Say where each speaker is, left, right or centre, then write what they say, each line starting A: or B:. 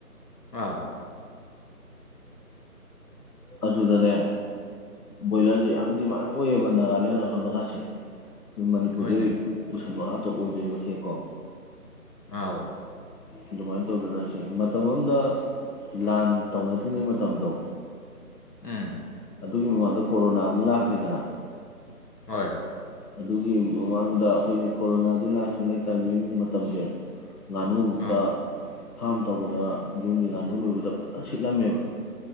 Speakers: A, on the left (about 80°); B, on the left (about 70°).
A: ꯑꯥ
B: ꯑꯗꯨꯗꯅꯦ ꯕꯣꯏꯂꯔꯁꯦ ꯌꯥꯝ ꯗꯤꯃꯥꯟ ꯑꯣꯏꯌꯦꯕ ꯅꯥꯒꯥꯂꯦꯟ ꯑꯁꯣꯝꯗꯀꯥꯁꯦ ꯃꯅꯤꯄꯨꯔꯗꯩ
A: ꯍꯣꯏꯅꯦ
B: ꯄꯨꯁꯟꯕ ꯉꯥꯛ ꯑꯣꯏꯗꯔꯤꯕꯁꯦꯀꯣ
A: ꯑꯥꯎ
B: ꯑꯗꯨꯃꯥꯏꯅ ꯇꯧꯗꯅ ꯁꯤ ꯃꯇꯝ ꯑꯃꯗ ꯂꯥꯟ ꯇꯧꯅꯗ꯭ꯔꯤꯉꯩ ꯃꯇꯝꯗꯣ
A: ꯎꯝ
B: ꯑꯗꯨꯒꯤ ꯃꯃꯥꯡꯗ ꯀꯣꯔꯣꯅꯥ ꯑꯃꯨꯛ ꯂꯥꯛꯈ꯭ꯔꯦꯗꯅ
A: ꯍꯣꯏ
B: ꯑꯗꯨꯒꯤ ꯃꯃꯥꯡꯗ ꯑꯩꯈꯣꯏꯅ ꯀꯣꯔꯣꯅꯥꯖꯨ ꯂꯥꯛꯇ꯭ꯔꯤꯉꯩ ꯇꯥꯏꯃꯤꯡ ꯃꯇꯝꯁꯦ ꯉꯅꯨ ꯕꯨꯛꯇ
A: ꯑꯥ
B: ꯐꯥꯝ ꯇꯧꯕꯗ ꯌꯨꯝꯒꯤ ꯉꯥꯅꯨ ꯂꯣꯏꯕꯗ ꯐꯖꯅ ꯁꯤꯠꯂꯝꯃꯦꯕ